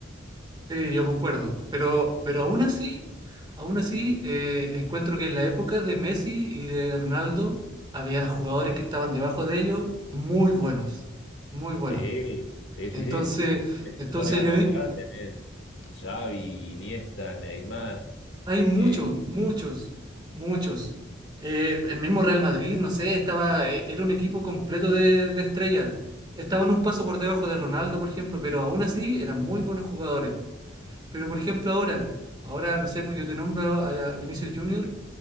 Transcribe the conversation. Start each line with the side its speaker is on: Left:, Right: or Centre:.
Right: Sí, yo concuerdo, pero, pero aún así, aún así eh, encuentro que en la época de Messi y de Ronaldo había jugadores que estaban debajo de ellos muy buenos, muy buenos.
Left: Sí, sí,
Right: Entonces,
Left: sí, sí. sí. Te
Right: entonces
Left: pones a nombrar,
Right: yo di-
Left: tenés Xavi, Iniesta, Neymar.
Right: hay muchos,
Left: eh,
Right: muchos, muchos. Eh, el mismo Real Madrid, no sé, estaba, eh, era un equipo completo de, de estrellas. Estaban un paso por debajo de Ronaldo, por ejemplo, pero aún así eran muy buenos jugadores. Pero por ejemplo ahora, ahora no sé, pues yo te nombro a a Vinicius Junior